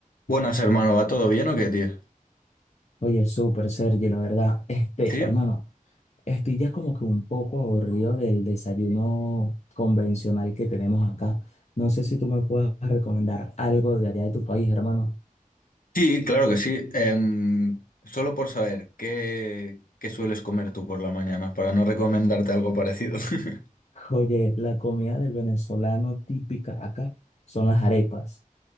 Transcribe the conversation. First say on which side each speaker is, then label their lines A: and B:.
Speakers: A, on the left (about 75°); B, on the left (about 50°).
A: Buenas, hermano. ¿Va todo bien o qué, tío?
B: Oye, súper, Sergio, la verdad. Este,
A: Sí,
B: hermano, estoy ya como que un poco aburrido del desayuno convencional que tenemos acá. No sé si tú me puedes recomendar algo de allá de tu país, hermano.
A: sí, claro que sí. Em, solo por saber, ¿qué, qué sueles comer tú por la mañana para no recomendarte algo parecido? <laughs>
B: Oye, la comida del venezolano típica acá son las arepas.